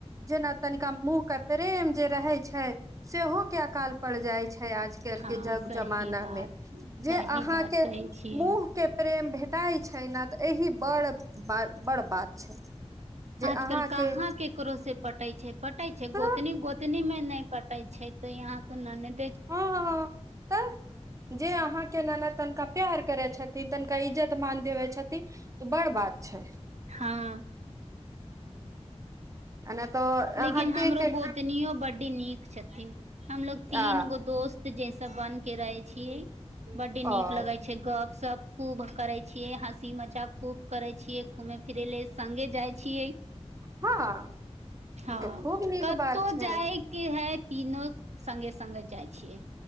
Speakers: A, on the right; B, on the right.
A: जेना तनिका मुँह के प्रेम जे रहे छै सेहो क काल पड़ जाइ छै आज क
B: हँ सही
A: जमा
B: बात
A: मे जे
B: सही
A: अहाँ
B: बात कहै छियै
A: मुह भेटाइ छै ने तऽ एहि बड़ ब बड़ बात छै। जे
B: आज
A: अहाँके
B: कल कहाँ केकरो से पटै छै पटै छै।
A: तऽ
B: गत न गत मे नहि पटै छै तऽ यहाँ त न
A: हँ हँं हँ हँं तऽ, जे अहाँ केना ने तनिका प्यार करै छथिन, तनिका इज्जत-मान देबै छथिन, तऽ बड़ बात। छै
B: हँ।
A: आ नहि तऽ
B: लेकिन
A: अहाँके
B: हमरो
A: के
B: गोतनियोँ बड्ड नीक छथिन। हमलोग तीन
A: आ
B: गो दोस्त जैसे सब बन के रहै छियै। बड्ड
A: ओ
B: नीक लगै छै गप सब खूब करै छियै हँसी मजा खूब करै छियै घूमे फिरै ल सगे जाइ छियै।
A: हँ।
B: हँ।
A: ई तऽ खूब नीक
B: कत्तहु
A: बात छै
B: जायके हइ तीनो संगे-संगे जाइ छियै।